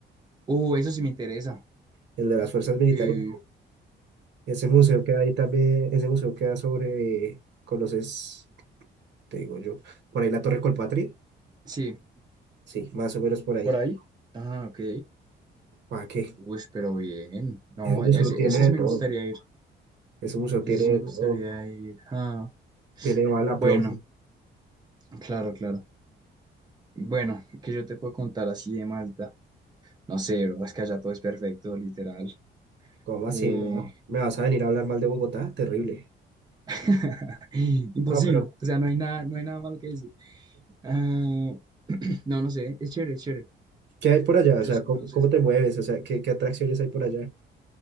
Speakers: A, on the right; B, on the right.
A: Uh, eso sí me interesa.
B: El de las fuerzas militares.
A: Eh,
B: Ese museo que hay también, ese museo queda sobre, ¿conoces? ¿Qué Te digo yo, por ahí la Torre Colpatria.
A: sí,
B: Sí, más o menos por ahí.
A: por ahí. Ah, ok.
B: ¿Para qué?
A: Uy, pero bien. No,
B: Ese museo
A: ese,
B: tiene
A: ese sí
B: de todo.
A: me gustaría ir.
B: Ese museo
A: Ese
B: tiene
A: sí
B: de
A: me
B: todo.
A: gustaría ir. Ah,
B: Tiene mal a
A: bueno,
B: plomo.
A: claro, claro. Bueno, que yo te puedo contar así de Malta? No sé, bro, es que allá todo es perfecto, literal.
B: ¿Cómo así,
A: Eh,
B: no? ¿Me vas a venir a hablar mal de Bogotá? Terrible.
A: <laughs> imposible,
B: No, pero
A: o sea, no hay nada, no hay nada malo que decir. Ah, <clears throat> no, no sé, es chévere, es chévere.
B: ¿qué hay por allá?
A: Muchos
B: O sea, ¿cómo,
A: cruces,
B: cómo te mueves? O sea, ¿qué, qué atracciones hay por allá?